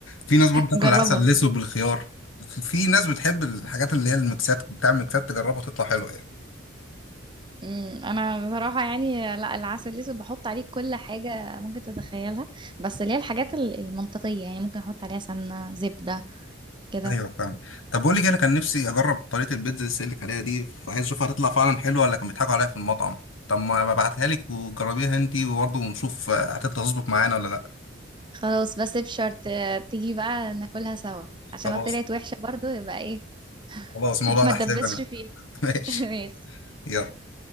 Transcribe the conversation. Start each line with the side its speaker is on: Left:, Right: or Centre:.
Left: في ناس برضه بتاكل
Right: جربها
Left: العسل الاسود بالخيار في في ناس بتحب الحاجات اللي هي الميكسات بتعمل ميكسات تجربها تطلع حلوه يعني
Right: مم، انا بصراحه يعني لا العسل الاسود بحط عليه كل حاجه ممكن تتخيلها بس اللي هي الحاجات ال- المنطقيه يعني ممكن احط عليها سمنه زبده كده
Left: ايوه فاهم طب بقول لك إيه، انا كان نفسي اجرب طريقه البيتزا اللي لك عليها دي فعايز اشوفها هتطلع فعلا حلوه ولا كانوا بيضحكوا عليها في المطعم طب ما ببعتها لك وجربيها انتي وبرضه ونشوف آه، هتطلع تظبط معانا ولا لا
Right: خلاص بس بشرط آه، تيجي بقى ناكلها سوا عشان
Left: خلاص
Right: لو طلعت وحشه برضو يبقى ايه
Left: خلاص الموضوع
Right: <laughs>
Left: على
Right: ما تدبسش
Left: حسابي انا
Right: فيها
Left: <laughs> ماشي
Right: <laughs> ماشي
Left: يلا